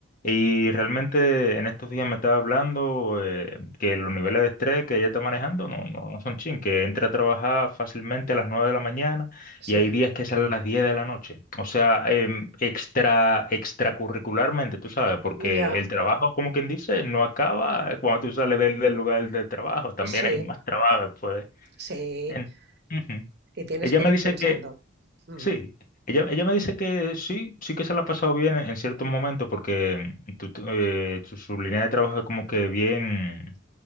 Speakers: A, on the left (about 45°); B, on the right (about 55°).
A: Y realmente en estos días me estaba hablando eh, que los niveles de estrés que ella está manejando no, no, no son chin, que entra a trabajar fácilmente a las 9 de la mañana
B: Sí.
A: y hay días que sale a las 10 de la noche. O sea, em, extra, extracurricularmente, tú sabes, porque
B: sí, Ya,
A: el trabajo, como quien dice, no acaba cuando tú sales del, del lugar del trabajo, también
B: sí,
A: hay más trabajo después.
B: sí,
A: en-
B: sí.
A: Ujú.
B: Y tienes
A: Ella
B: que
A: me
B: ir
A: dice
B: pensando.
A: que...
B: Mm,
A: Sí, ella, ella me dice que sí, sí que se la ha pasado bien en, en ciertos momentos porque tu- tu- eh, su, su línea de trabajo es como que bien,